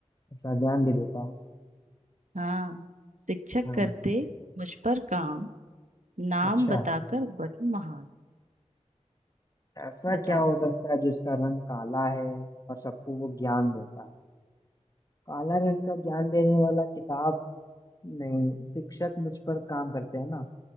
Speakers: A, on the left (about 30°); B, on the right (about 85°).
A: अच्छा ज्ञान भी देता है
B: हाँ शिक्षक
A: हाँ
B: करते मुझ पर काम नाम
A: अच्छा
B: बताकर बड़ी महान
A: ऐसा
B: बताओ
A: क्या हो सकता है जिसका रंग काला है और सबको वो ज्ञान देता है काला रंग का ज्ञान देने वाला किताब नहीं शिक्षक मुझ पर काम करते हैं ना